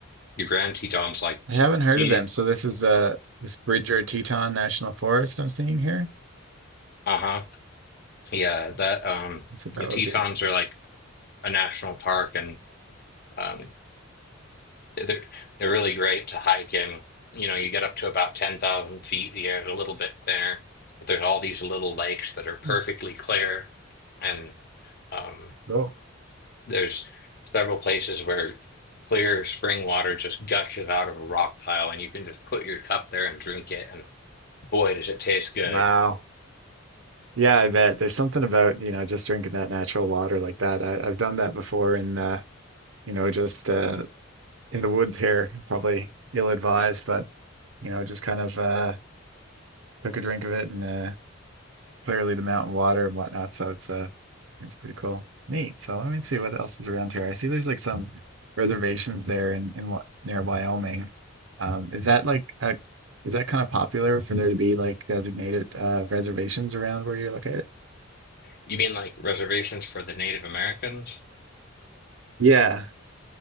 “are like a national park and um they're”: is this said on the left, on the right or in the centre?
Left